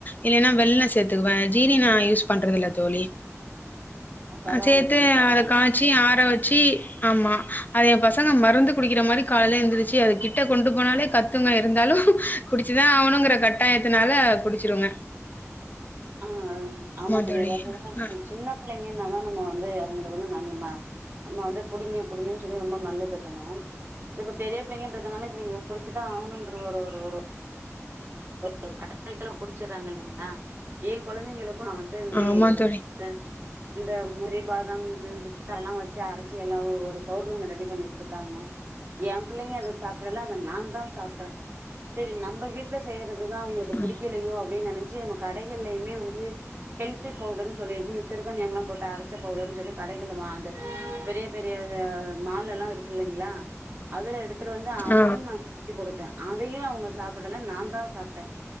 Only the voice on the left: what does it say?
இல்லன்னா வெல்லோ சேத்துக்குவே ஜீனி நா யூஸ் பண்றது இல்ல தோழி
ஆ சேத்து
அத காய்ச்சி ஆற வச் சி ஆமா அது என் பசங்க மருந்து குடிக்கிற மாதிரி காலையில இருந்தருச்சு அது கிட்ட கொண்டு போனாலே கத்துவங்க இருந்தாலும் குடிச்சுதான் ஆவனுங்கற கட்டாயத்தினால குடிச்சிடுங்க
தோழி
ஆ
ஆமா தோழி
ஆ
ஆ